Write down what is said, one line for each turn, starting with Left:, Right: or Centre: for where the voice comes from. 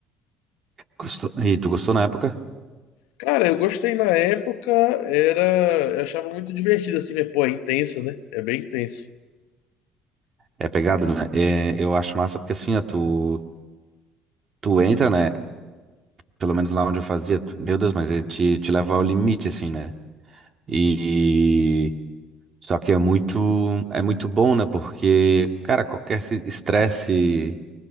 Right: Gostou? E tu gostou na época?
Left: Cara, eu gostei na época, era. Eu achava muito divertido, assim, mas, pô, é intenso, né? É bem intenso.
Right: É pegado, né? É, eu acho massa porque assim, ó, tu, tu entra, né? Pelo menos lá onde eu fazia, tu- meu Deus, mas ele te, te leva ao limite, assim, né? E só que é muito é muito bom, né? Porque, cara, qualquer se- estresse